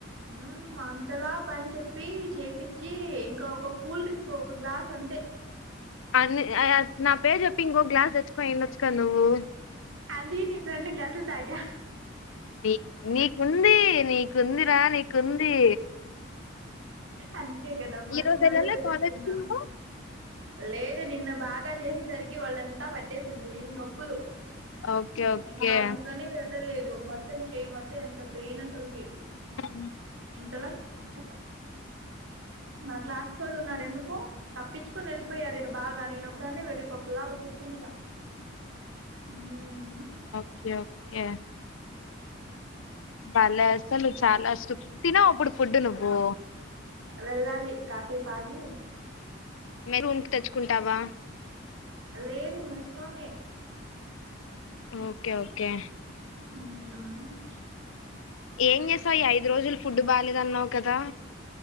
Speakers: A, on the right (about 80°); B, on the left (about 80°).
A: ఊ అంతలా పని చెప్పి, చేపిచ్ చ్చి ఇంకా ఒక కూల్ డ్రింక్ ఒక గ్లాస్ అంతే
B: అన్ని అయ నా పేరు చెప్పి, ఇంకో గ్లాస్ తెచ్చుకో ఏం తెచ్చుకొ నువ్వు
A: అందుకే నేను రెండు గ్లాసులు తాగా
B: నీ నీకుందీ, నీకుంది. రా నీకుంది.
A: అన్ని కే కదా మళ్ళీ
B: ఈ రోజు వెళ్ళాలా
A: మళ్ళీ ఏపిచ్చుకున్నాం.
B: కాలేజ్ కి నువ్వు
A: లేదే నిన్న బాగ చేసేసరికి వొళ్ళంత పట్టేసింది. నొప్పులు,
B: ఓకే ఓకే
A: ఇంకా అందుకని వెళ్ళలేదు. మొత్తం చేయి మొత్తం ఎంత పెయిన్ అసల్కి
B: ఉ
A: అంతలా <unintelligible> మా క్లాస్ ఒళ్ళు ఉన్నారు ఎందుకు? తప్పించుకొని ఎళ్ళిపోయారు ఇక బాగ నేను ఒకదాన్ని వెర్రి పప్పులా అక్కడ కూర్చున్న. ఊహ్.
B: ఒక్కె ఒక్కే. భలే అసలు చాలా సుప్ట్ తినూ ఇప్పుడు ఫుడ్డు నువ్వూ.
A: వెల్ళాలి కాసేపు ఆగీ
B: మే రూమ్కి తెచ్చుకుంటావా
A: లేదు మెస్లోనే
B: ఓకే ఓకే
A: మీద <unintelligible>
B: ఏం చేసావ్ ఈ ఐదు రోజులు ఫుడ్ బా లేదన్నావు కదా